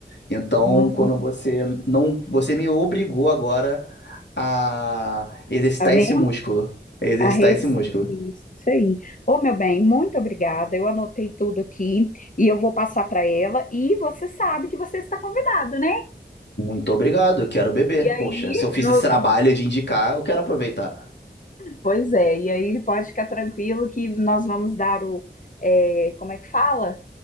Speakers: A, on the left; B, on the left.
A: Então,
B: Ah,
A: quando você não, você me obrigou agora a exercitar
B: tá vendo?
A: esse músculo, exercitar
B: A res...
A: esse músculo.
B: Isso, isso aí. Ô, meu bem, muito obrigada. Eu anotei tudo aqui e eu vou passar para ela. E você sabe que você está convidado, né?
A: Muito obrigado, eu quero beber.
B: E aí,
A: Poxa, se eu fiz
B: no...
A: esse trabalho de indicar, eu quero aproveitar.
B: pois é, e aí pode ficar tranquilo que nós vamos dar o. é, Como é que fala?